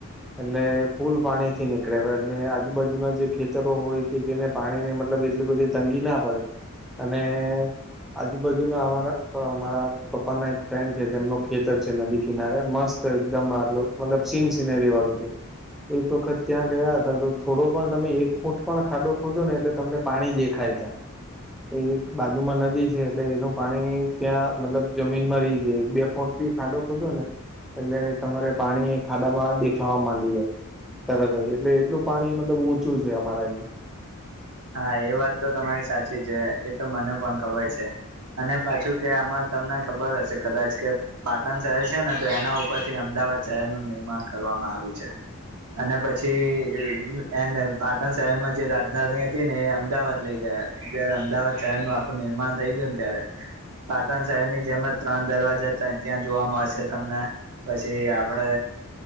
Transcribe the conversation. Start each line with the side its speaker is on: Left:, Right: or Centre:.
Centre: એટલે પુલ પાણી થી નીકળે એટલે આજુબાજુના જે ખેતરો હોય કે જેને. પાણી ની મતલબ એટલી બધી તંગી ના પડે અને. આજુબાજુ ના અમારા મારા પપ્પા ના એક ફ્રેન્ડ છે તેમનું ખેતર છે નદી કિનારે મસ્ત. એકદમ મારલો મતલબ સીન સિનેરી વાળું છે. એક વખત ત્યાં ગયા હતા તો થોડો પણ તમે એક ફૂટ પણ ખાડો ખોધો ને એટલે તમને. પાણી દેખાાય છે. એ એક બાજુમાં નદી છે એટલે એનું પાણી ત્યાં મતલબ જમીનમાં રહી છે એક બે ફૂટ. ખાડો ખોજો ને એટલે તમારે પાણી ખાડામાં. દેખાવા માંડીએે તરત એટલે એટલું પાણી મતલબ ઊંચું છે અમારા અહં.
Right: હા એ વાત તો તમારી સાચી છે એ તો મને પણ ખબર છે. અને પાછું કે આમાં તમને ખબર હશે કદાચ કે. પાટણ શહેર છે ને તો એના ઉપર થી અમદાવાદ શહેરનુંું નિર્માણ કરવામાં આવ્યું છે. અને પછી એ પાટણ શહેરમાં જે રાજનાિંહ. ને અમદાવાદ લઈ ગયા જય્યારે અમદાવાદ શહેર નું આખું નિર્માણ થઈ ગયું ને ત્યારે. પાટણ શહેર ની જેમ જ ત્રણ દરવાજા હતા ત્યાં જોવા મળશે તમને. પછી આપડે